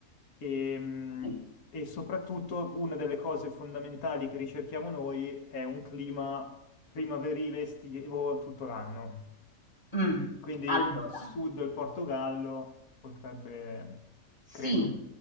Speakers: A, on the left; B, on the left.
A: E, mh,
B: Sì.
A: e soprattutto una delle cose fondamentali che ricerchiamo noi è un clima primaverile estivo tutto l'anno.
B: Mm,
A: Quindi
B: Allora.
A: il sud del Portogallo potrebbe,
B: Sì,
A: credo.